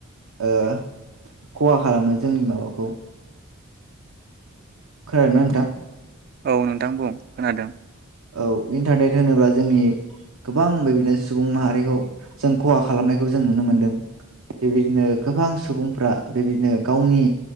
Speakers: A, on the right; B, on the right.
A: ओ खहा खालामो जोंनि माबाखौ खोनादोंना नोंथां
B: औ नोंथां बुं खोनादों
A: औ इन्टारनेट होनोब्ला जोंनि गोबां बेबादिनो सुबुं माहारिखौ जों खहा खालामनायखौ जों नुनो मोनदों बेबायदिनो गोबां सुबुंफ्रा बेबायदिनो गावनि